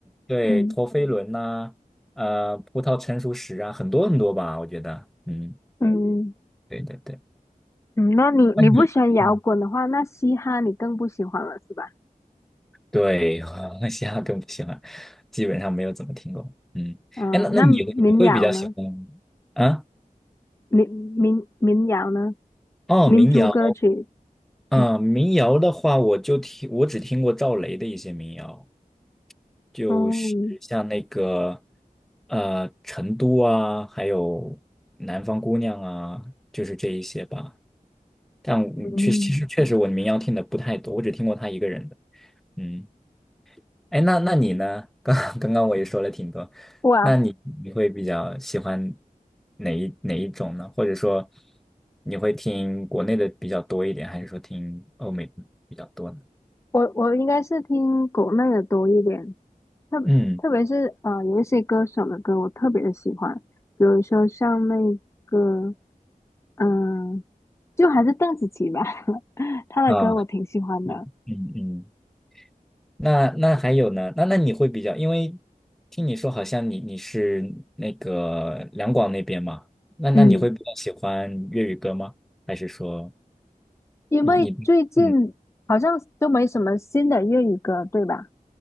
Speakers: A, in the centre; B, on the left.
A: 对陀飞轮呐、
B: 嗯
A: 呃，葡萄成熟时啊，很多很多吧，我觉得，嗯，
B: 嗯
A: 对对对，
B: 嗯，那你你不喜欢摇滚的话，
A: 那你，嗯，
B: 那嘻哈你更不喜欢了是吧？
A: 对，<laughs> 我嘻哈更不喜欢，基本上没有怎么听过，嗯，
B: 嗯，
A: 哎，那那你你会比较喜欢
B: 那民谣呢？
A: 啊？
B: 民民民谣呢？
A: 哦，
B: 民族歌曲，
A: 民谣。嗯，
B: <clears throat>
A: 民谣的话，我就听，我只听过赵雷的一些民谣，就是像那个
B: 哦，
A: 呃《成都》啊，还有《南方姑娘》啊，就是这一些吧。但我确其实确实我民谣听的不太多，
B: 嗯，
A: 我只听过他一个人的。嗯，哎，那那你呢？刚 <laughs> 刚刚我也说了挺多，
B: 哇，
A: 那你你会比较喜欢哪一哪一种呢？或者说你会听国内的比较多一点，还是说听欧美的比较多呢？
B: 我我应该是听国内的多一点，特特别是啊，
A: 嗯。
B: 有一些歌手的歌我特别的喜欢，比如说像那个嗯、呃就还是邓紫棋吧，<laughs> 她的歌我挺喜欢的。
A: 啊，嗯嗯，那那还有呢？那那你会比较，因为听你说好像你你是那个两广那边嘛，那那你会比较喜欢粤语歌吗？
B: 嗯，
A: 还是说
B: 因为最近好像都没什么新的粤语歌，
A: 你你嗯，
B: 对吧？